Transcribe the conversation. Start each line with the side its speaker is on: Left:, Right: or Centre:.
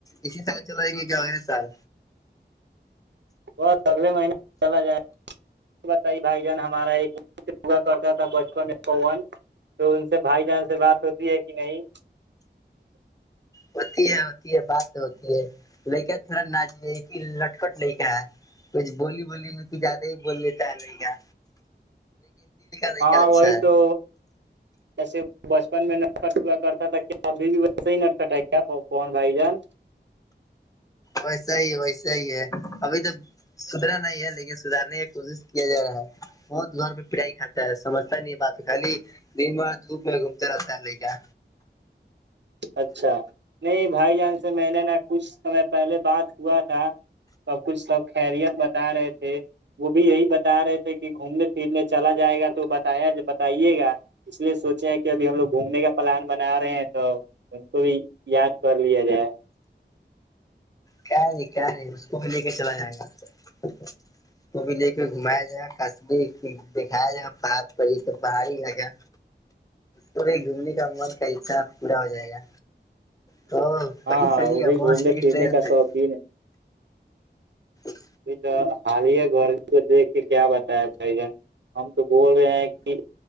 Left: اسی سال چل رہائیں گے کیا اے سال
Right: بس اگلے مہینے چلا جائے بت بھائی جان ہمارا ایکا کرتا تھا بچپن پون تو ان سے بھائی جان سے بات ہوتی ہے کہ نہیں
Left: ہوتی ہے ہوتی ہے بات ہوتی ہے لیک تھوڑا ناج لٹکٹ نہیں کا ہے کچھ بولی بولی میں ک زیادہ ہی بول لیتا ہے نہیں کا لڑکا
Right: ہاں
Left: اچھا
Right: وہی
Left: ہے
Right: تو جسے بچپن میں نٹ کٹ ہوا کرتا تھا کیا ابھی بھی ویسے ہی نٹ کٹ کیا کون بھائی جان
Left: ویسے ہی ویسے ہی ہے ابھی تو سدھرا نہیں ہے لیکن سدھارنے کوشش کیا جا رہا ہے بہت گھر پہ پٹائی کات سمجھتا نہیں بات خالی دن بار دھوپ میں گھومتا رہتا ہے لے کیا
Right: اچھا نہیں بھائی جان سے مل نہ کچھ سمے پہلے بات ہوا تھا سب کچھ سب خیریت بتا رہے تھے وہ بھی یہی ب بتا رہے تھے کہ گھومنے پھرنے چلا جائے گا تو بتایا بتائیے گا اس لیے سوچے کہ کہ ابھی ہم لوگ گھومنے کا پلان بنا رہے ہیں تو ان کو بھی یاد کر لیا جائے
Left: کیا نہیں کیا نہیں اس کو بھی لے کے چلا جائے گا اس کو بھی لے کے گھمایا جائے گا کبیر دکھایا جائے گا پارک پر ب لگا تو جومنی کام <unintelligible> کا حصہ پورا ہو جائے گا تو
Right: ہاں
Left: پلی
Right: ہاں
Left: چلیے
Right: وہ بھی
Left: گا بس
Right: گھومنے
Left: سے کہ
Right: پھرنے
Left: ٹرین
Right: کا
Left: سے
Right: شوقین
Left: ج <inaudible>
Right: ج تو خالیہ گور ب کیا بتایا بھائی جان ہم تو بول رہے ہیں کہ